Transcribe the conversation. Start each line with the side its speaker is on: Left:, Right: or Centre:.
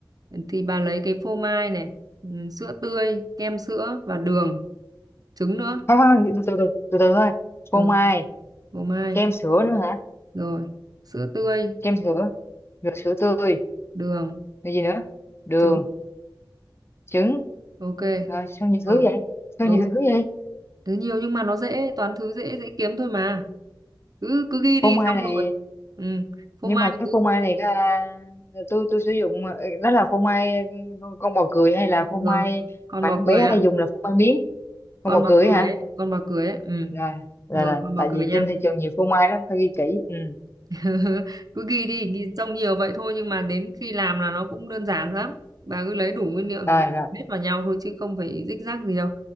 Right: thì bà lấy cái phô mai này ừ, sữa tươi kem sữa và đường trứng nữa
Left: khoan khoan từ từ từ từ từ thôi
Right: ừ
Left: phô mai
Right: phô mai
Left: kem sữa nữa hả
Right: rồi sữa tươi
Left: kem sữa rồi sữa tươi
Right: đường
Left: rồi gì nữa đường
Right: trứng
Left: trứng
Right: ok
Left: rồi sao nhiều
Right: rồi
Left: thứ vậy sao
Right: ừ
Left: nhiều thứ vậy
Right: thứ nhiều nhưng mà nó dễ toàn thứ dễ dễ kiếm thôi mà cứ cứ ghi đi
Left: phô mai
Right: xong
Left: này
Right: rồi ừ. phô
Left: nhưng
Right: mai
Left: mà cái
Right: thì
Left: phô mai này à, tôi tôi sử dụng ờ, đó là phô mai ừ, con, con bò cười hay là
Right: được
Left: phô mai
Right: rồi còn
Left: mà
Right: bò
Left: em
Right: cười
Left: bé
Right: á
Left: hay dùng là phô mai miếng con
Right: còn
Left: bò
Right: bò
Left: cười
Right: cười
Left: hả
Right: ấy. còn bò cười ấy. ừ.
Left: rồi rồi
Right: rồi
Left: rồi
Right: còn bò
Left: tại
Right: cười
Left: vì
Right: nha
Left: trên thị trường nhiều phô mai lắm phải ghi kỹ ừ
Right: <laughs> cứ ghi đi ghi trông nhiều vậy thôi nhưng mà đến khi làm là nó cũng đơn giản lắm bà cứ lấy đủ nguyên liệu
Left: rồi
Right: rồi bà
Left: rồi
Right: biết vào nhau thôi chứ không phải rích rắc gì đâu